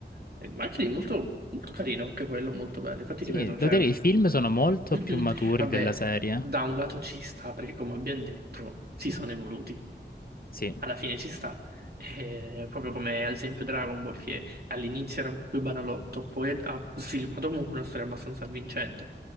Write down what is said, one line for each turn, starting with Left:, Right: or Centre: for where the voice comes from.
Right: Eh, Ma anche lì molto, molto carino, anche quello molto bello. Infatti
Left: Sì,
Right: ripeto, cioè...
Left: devo dire, i film sono molto
Right: mhm,
Left: più maturi
Right: Vabbè,
Left: della serie.
Right: da un lato ci sta perché come abbiamo detto si sono evoluti.
Left: Sì.
Right: alla fine ci sta. Eh, proprio come ad esempio Dragon Ball, che all'inizio era un po' più banalotto, poi ha sviluppato comunque una storia abbastanza avvincente.